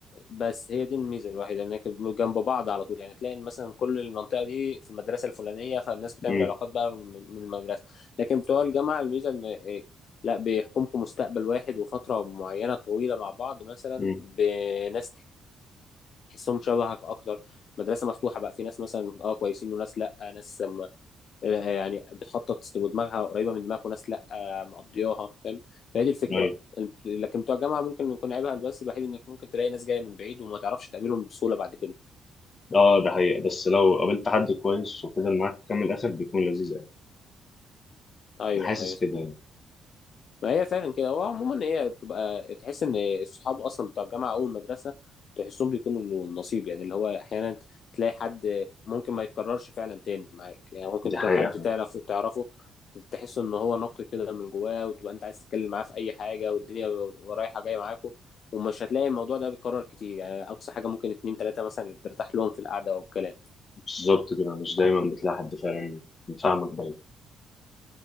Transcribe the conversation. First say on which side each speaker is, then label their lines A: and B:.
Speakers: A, on the left; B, on the left.
A: بس هي دي الميزة الوحيدة إنك جنب بعض على طول يعني تلاقي إن مثلا كل المنطقة دي في المدرسة الفلانية فالناس بتعمل
B: مم،
A: علاقات بقى من من المدرسة لكن بتوع الجامعة الميزة إن إيه، لا بيحكمكم مستقبل واحد وفترة معينة طويلة مع بعض مثلا
B: مم،
A: بناس تحسهم شبهك أكتر مدرسة مفتوحة بقى في ناس مثلا أه كويسين وناس لأ ناس آه، يعني بتخطط ودماغها قريبه من دماغك وناس لا آه، مقضياها فاهم فهي دي الفكره
B: ايوه
A: بقى أنت- لكن بتوع الجامعه ممكن يكون عيبها بس الوحيد انك ممكن تلاقي ناس جايه من بعيد وما تعرفش تقابلهم بسهوله بعد كده
B: اه ده حقيقة بس لو قابلت حد كويس وفضل معاك كام الاخر بيكون لذيذ قوي
A: ايوه
B: انا حاسس
A: ايوه
B: كده يعني.
A: ما هي فعلا كده هو عموما هي بتبقى تحس ان الصحاب اصلا بتوع الجامعه او المدرسه تحسهم بيكونوا له النصيب يعني اللي هو احيانا تلاقي حد ممكن ما يتكررش فعلا تاني معاك يعني ممكن
B: دي
A: تكون
B: حقيقة
A: حد تعرف تعرفه تحس ان هو نقي كده من جواه وتبقى انت عايز تتكلم معاه في اي حاجه والدنيا رايحه جايه معاكوا ومش هتلاقي الموضوع ده بيتكرر كتير يعني اقصى حاجه ممكن اتنين تلاته مثلا اللي بترتاح لهم في القعده والكلام
B: بالظبط كده مش دايما بتلاقي حد فعلا فاهمك بقى